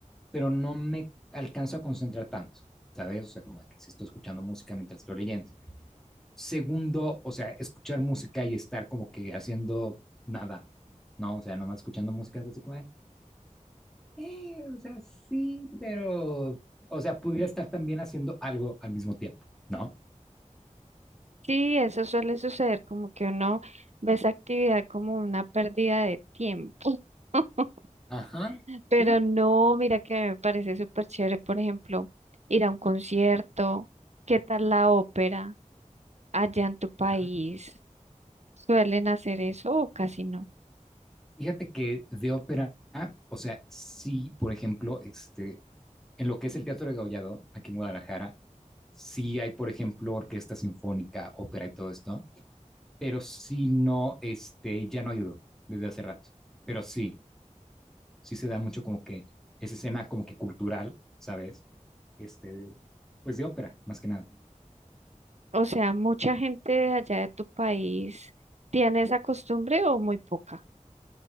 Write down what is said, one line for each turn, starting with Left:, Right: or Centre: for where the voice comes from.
Centre: pero no me alcanzo a concentrar tanto, ¿sabes? O sea, como que si estoy escuchando música mientras estoy leyendo. Segundo, o sea, escuchar música y estar como que haciendo nada, ¿no? O sea, nomás escuchando música es así como, de, eh, o sea, sí, pero, o sea, pudiera estar también haciendo algo al mismo tiempo, ¿no?
Right: Sí, eso suele suceder, como que uno ve esa actividad como una pérdida de tiempo. <laughs>
Centre: Ajá, sí.
Right: Pero no, mira que a mí me parece súper chévere, por ejemplo, ir a un concierto. ¿Qué tal la ópera? Allá en tu país,
Centre: Ajá.
Right: ¿suelen hacer eso o casi no?
Centre: Fíjate que de ópera, o sea, sí, por ejemplo, este, en lo que es el Teatro de Gaullado, aquí en Guadalajara, sí hay, por ejemplo, orquesta sinfónica, ópera y todo esto, pero sí no, este, ya no ayudó desde hace rato, pero sí, sí se da mucho como que esa escena como que cultural, ¿sabes? Este, pues de ópera, más que nada.
Right: O sea, ¿mucha gente de allá de tu país tiene esa costumbre o muy poca?